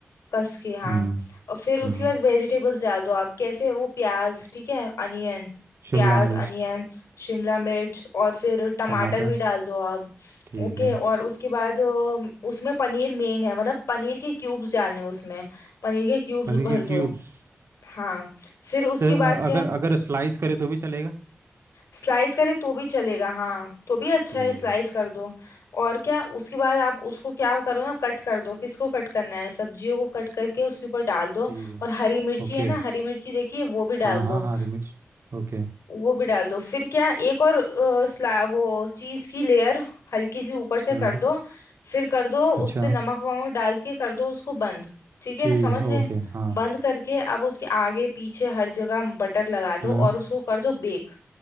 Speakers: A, on the left; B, on the right.
A: कस के हाँ
B: हम्म
A: और फिर उसके
B: हम्म
A: बाद वेजिटेबल्स डाल दो आप कैसे वो प्याज ठीक है अनियन
B: शिमला
A: प्याज
B: मिर्च
A: अनियन शिमला मिर्च और फिर टमाटर
B: टमाटर
A: भी डाल दो आप
B: ठीक
A: ओके
B: है
A: और उसके बाद अम, उसमें पनीर मेन है मतलब पनीर के क्यूब्स डालने हैं उसमें पनीर के क्यूब्स
B: पनीर
A: भर
B: के
A: दो
B: क्यूब्स
A: हाँ फिर उसके
B: से
A: बाद
B: अ,
A: क्या
B: अगर अगर स्लाइस करे तो भी चलेगा
A: स्लाइस करे तो भी चलेगा हाँ तो भी अच्छा
B: ठीक
A: है स्लाइस
B: है
A: कर दो और क्या उसके बाद आप उसको क्या करो ना कट कर दो किसको कट करना है सब्जियों को कट करके उसके ऊपर डाल दो
B: ठीक है
A: और हरी मिर्ची
B: ओके
A: है ना हरी मिर्ची देखिए वो भी डाल
B: हाँ
A: दो
B: हाँ हाँ हरी मिर्च ओके
A: वो भी डाल दो फिर क्या एक और अ, स्ला वो चीज की लेयर हल्की सी ऊपर से
B: हम्म
A: कर दो फिर कर दो
B: अच्छा
A: उस पे नमक वमक डाल के कर दो उसको बंद ठीक है
B: ठीक
A: समझ
B: है
A: गए
B: ओके हाँ
A: बंद करके अब उसके आगे पीछे हर जगह बटर लगा
B: हम्म
A: दो और उसको कर दो बेक